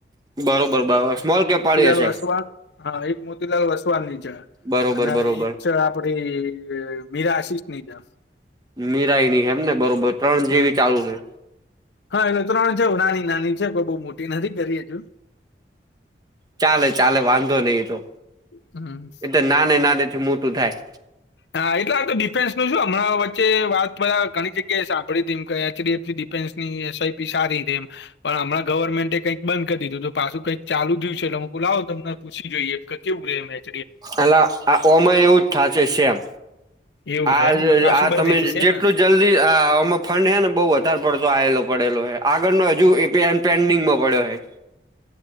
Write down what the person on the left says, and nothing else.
એક
મોતીલાલ
વસવા હા એક મોતીલાલ વસવા નીચે
અને
એક છે આપડી મીરા આશિષ ની જે
હમ
હા એટલે ત્રણ છે નાની નાની છે કોઈ બઉ મોટી નથી કરી હજુ
હમ્મ.
હા એટલે તો ડિફેન્સનું શું હમણાં વચ્ચે વાત બધા ઘણી જગ્યાએ સાંભળી હતી H. D. F. C. Defence ઈ એસ. આઈ. પી. સારી એમ. પણ હણા ગવર્મેન્ટે કંઈક બંધ કરી દીધું તો પાછું કંઈક ચાલુ થયું છે એટલે હુ કવ લાવો તમને પૂછી જોઈએ <unintelligible>
એવું
છે એમ ને પાછું
બંધ
થઈ જશે
એમ ને